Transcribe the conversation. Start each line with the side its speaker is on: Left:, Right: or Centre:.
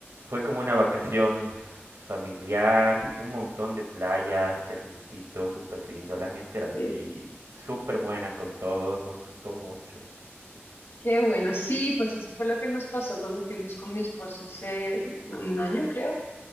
Right: Fue como una vacación familiar, un montón de playas, calientito, súper lindo. La gente era así,
Left: sí.
Right: súper buena con todos, nos gustó mucho.
Left: Qué bueno, sí, pues eso fue lo que nos pasó cuando fuimos con mi esposo hace un año, creo.